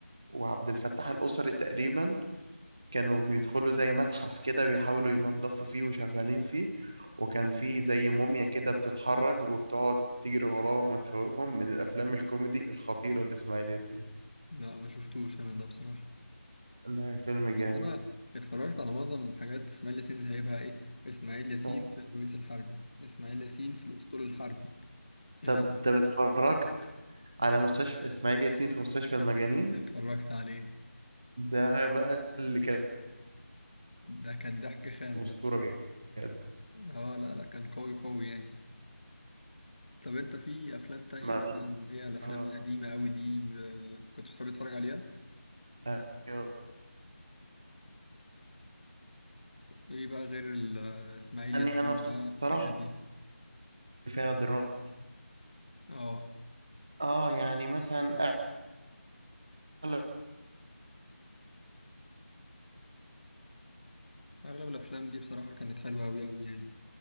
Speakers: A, on the right; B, on the left.
A: وعبد الفتاح القصري تقريبا كانوا بيدخلوا زي متحف كده بيحاولوا ينظفوا فيه وشغالين فيه وكان فيه زي موميا كده بتتحرك وبتقعد تجري وراهم وتخوفهم من الأفلام الكوميدي الخطيرة لإسماعيل ياسين
B: لا ما شفتوش انا ده بصراحة
A: لا فيلم جامد
B: بس انا اتفرجت على معظم حاجات اسماعيل ياسين اللي هيبقى ايه اسماعيل ياسين
A: آه.
B: في البوليس الحربي اسماعيل ياسين في الاسطول الحربي آه،
A: طب طب اتفرجت على مستشفى إسماعيل ياسين في مستشفى المجانين
B: اتفرجت عليه
A: ده بقى اللي كان
B: ده كان ضحك خام
A: أسطورة
B: ده
A: بجد
B: اه لا لا كان قوي قوي يعني طب انت في افلام تانية
A: لما-
B: مثلا اللي هي الافلام
A: آه،
B: القديمة قوي دي آه، كنت بتحب تتفرج عليها
A: وكان-
B: ايه بقى غير ال- آه، اسماعيل
A: يعني
B: ياسين
A: انا
B: بقى الحاجات
A: بصراحه
B: دي
A: فيها دراما
B: اه
A: اه يعني مثلا اغلب
B: اغلب الافلام دي بصراحة كانت حلوة قوي قوي يعني